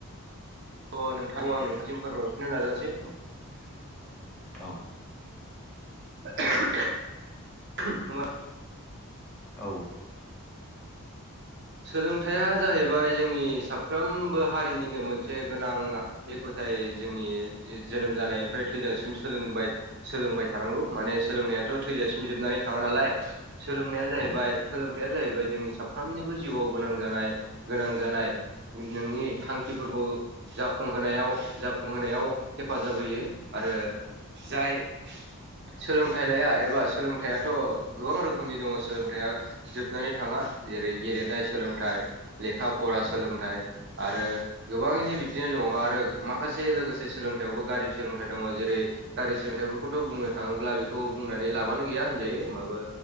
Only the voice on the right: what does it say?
अ नोंथांखौ आं नोंथांसिम फोरमायहरफिननो नाजानोसै
<unintelligible>
सोलोंथाइया जाहैबाय जोंनि साफ्रोमबो हारिनिनो मोनसे गोनां एखुथायै जोंनि जोनोम जानायनिफ्राय थोजासिम सोलोंबाय सोलोंबाय थानांगौ माने सोलोंनायाथ थैजासिम जोबनानै थाङा नालाय सोलोंनाया जाहैबाय
सोलोंथाइआजाहैबाय जोंनि साफ्रोमनिबो जिउआव गोनां जानाय गोनां जानाय नोंनि थांखिफोरखौ जाफुंहोनायाव जाफुंहोनायाव हेफाजाब होयो आरो जाय सोलोंथाइ लाया एबा सोलोंथाइाथ गोबां रोखोमनि दङ सोलोंथाइया जोबनानै थाङा जेरै गेलेनाय सोलोंथाइ लेखा फरा
सोलोंथाइ आरो गोबाङैनो बिदिनो दङ आरो माखासे लोगोसे सोलोंथायाइयावबो गाज्रि सोलोंथाइ दङ जेरै गारि सोलोंथाइफोरखौथ बुंनो थाङोब्ला बेखौ बुंनानै लाबानो गैया होनजायो होमबाबो